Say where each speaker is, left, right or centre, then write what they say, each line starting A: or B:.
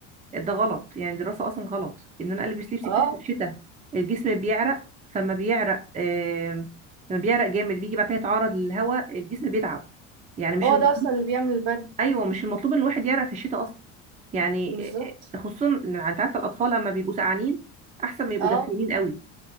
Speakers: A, on the right; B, on the right.
A: ده غلط يعني دراسه اصلا غلط ان انا البس لبس
B: اه
A: كتير في الشتاء الجسم بيعرق فما بيعرق آم، لما بيعرق جامد بيجي بعد كده يتعرض للهواء الجسم بيتعب يعني مش
B: هو
A: المطلوب
B: ده اصلا اللي بيعمل البرد
A: ايوه مش المطلوب ان الواحد يعرق في الشتاء اصلا يعني
B: بالظبط
A: آه، خصوصا إن انت عارفه الاطفال اما بيبقوا سقعانين احسن ما يبقوا
B: اه
A: دافئين قوي